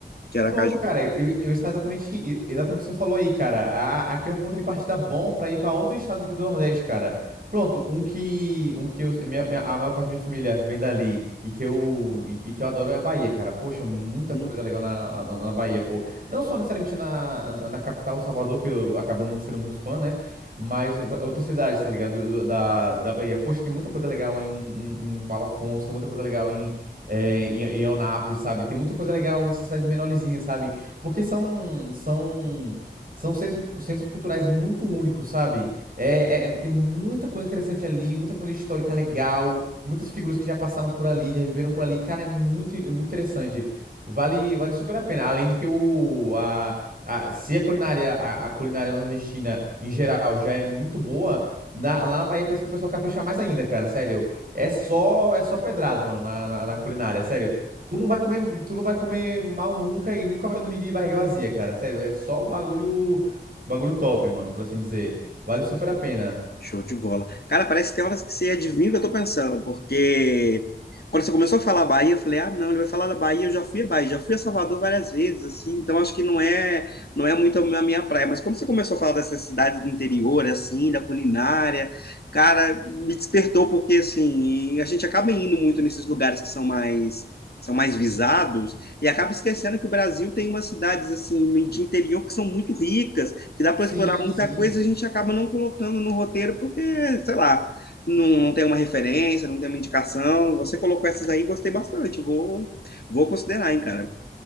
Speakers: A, on the left; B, on the right.
A: de Aracaju?
B: Pronto, cara, eu, eu, eu está exatamente, exatamente o que você falou aí, cara. A- aqui é um ponto de partida bom pra ir pra outros estados aqui do Nordeste, cara. Pronto, um que, um que eu, minha- minha- a maior parte da minha família vem dali e que eu, e, e que eu adoro é a Bahia, cara. Poxa, muita
A: Hum,
B: coisa legal na, na, na Bahia, pô. Não só necessariamente na, na na capital, Salvador, que eu acabo não sendo muito fã, né? Mas outras cidades, tá ligado? Do- do- Da, da Bahia. Poxa, tem muita coisa legal em, em, em Palafox, tem muita coisa legal em é, em, em Eunápolis, sabe? Tem muita coisa legal nessas cidades menorzinhas, sabe? Porque são, são, são centro, centros culturais muito únicos, sabe? É, é- é, tem muita coisa interessante ali, muita coisa histórica legal, muitas figuras que já passaram por ali, já viveram por ali. Cara, é muito, é muito interessante. Vale, vale super a pena. Além de que o, a, a- se a culinária, a, a culinária nordestina em geral já é muito boa, na, lá na Bahia parece que o pessoal capricha mais ainda, cara. Sério. É só, é só pedrada, mano, na, na, na culinária, sério. Tu não vai comer, tu não vai comer mal nunca e nunca vai dormir de barriga vazia, cara. Sério, é só bagulho, bagulho top, mano, por assim dizer. Vale super a pena.
A: Show de bola. Cara, parece que tem horas que você adivinha o que eu tô pensando, porque quando você começou a falar Bahia, eu falei, ah, não, ele vai falar da Bahia, eu já fui a Bahia, já fui a Salvador várias vezes, assim, então acho que não é, não é muito a minha praia. Mas quando você começou a falar dessas cidades do interior, assim, da culinária, cara, me despertou porque assim, a gente acaba indo muito nesses lugares que são mais são mais visados e acaba esquecendo que o Brasil tem umas cidades assim de interior que são muito ricas que dá para
B: Sim,
A: explorar muita
B: sim.
A: coisa, a gente acaba não colocando no roteiro porque, sei lá, não, não tem uma referência, não tem uma indicação. Você colocou essas aí, gostei bastante. Vou, vou considerar, hein, cara.